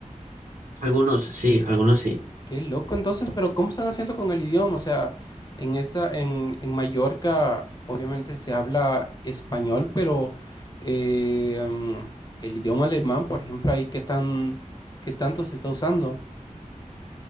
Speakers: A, on the right; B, on the left.
A: algunos sí, algunos sí.
B: Qué loco, entonces, pero ¿cómo están haciendo con el idioma? O sea, en esa, en, en Mallorca, obviamente se habla español, pero eh, mm, el idioma alemán, por ejemplo, ahí qué tan, qué tanto se está usando.